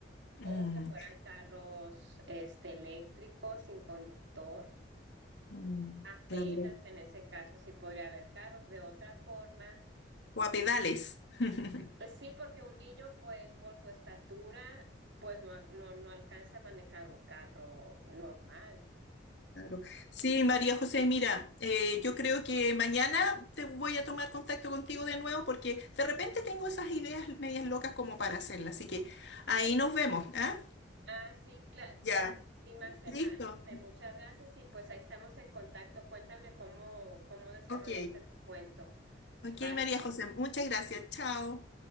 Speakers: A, on the left (about 65°); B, on the right (about 70°).
A: mm,
B: o que fueran carros este, eléctricos sin conductor.
A: mm,
B: Apenas
A: claro,
B: en ese caso sí podría haber carros. De otra forma,
A: o a pedales. <laughs>
B: pues sí, porque un niño, pues por su estatura, pues no, al- no, no alcanza a manejar un carro normal.
A: Claro. Sí, María José, mira, eh, yo creo que mañana te voy a tomar contacto contigo de nuevo porque de repente tengo esas ideas medias locas como para hacerlas. Así que ahí nos vemos, ¿ah?
B: Ah, sí, cla-
A: Ya,
B: claro que sí, Marcela.
A: listo.
B: Este, muchas gracias y pues ahí estamos en contacto. Cuéntame cómo, cómo desarrollaste
A: Ok.
B: tu cuento.
A: Ok,
B: Bye.
A: María José, muchas gracias. Chao.